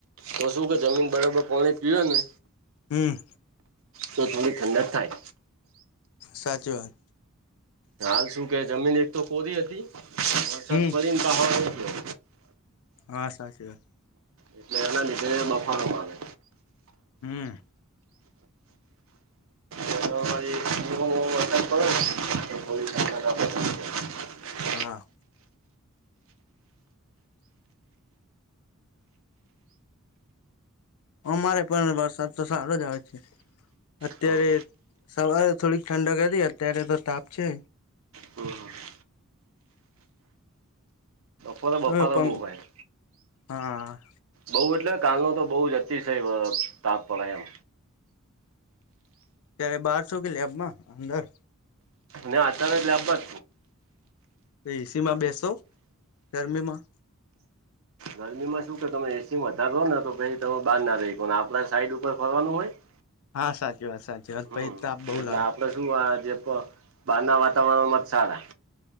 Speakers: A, on the right; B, on the left.
A: તો શું કે જમીન બરાબર પાણી પીવે ને
B: હમ.
A: તો થોડી ઠંડક થાય.
B: સાચી વાત.
A: હાલ શું કે જમીન એક તો કોરી હતી વરસાદ
B: હમ
A: પડી ને ત ગયો.
B: હા સાચી વાત.
A: એટલે એને લીધે બફારો માગે.
B: હમ.
A: વુંવ વર્ત કરે <inaudible>
B: હા. અમારે પણ વરસાદ તો સારો જ આવે છે. અત્યારે
A: હમ
B: સવારે થોડીક ઠંડક કરી અત્યારે તો તાપ છે.
A: હમ હમ પણ
B: હ
A: બફારો
B: પણ
A: બઉ હોય.
B: હા
A: બઉ એટલે કાલનો તો બહુ જ અતિશય અ તાપ પડે એમ.
B: ત્યારે બારછો કે લેબમાં અંદર.
A: ના અત્યારે તો લેબ પર.
B: તો એસી માં બેસો ગરમીમાં.
A: ગરમીમાં શું કે તમે એસી વધારો ને તો પે તમે બહાર ના રહીકોને આપડા સાઈડ ઉપર ફરવાનું હોય. <inaudible>
B: હા સાચી વાત સાચી વાત
A: હમ
B: પેય તાપ બહુ
A: એટલે
B: લાગે.
A: આપડે શું આજે પણ બહાર ના વાતાવરણમાં સારા.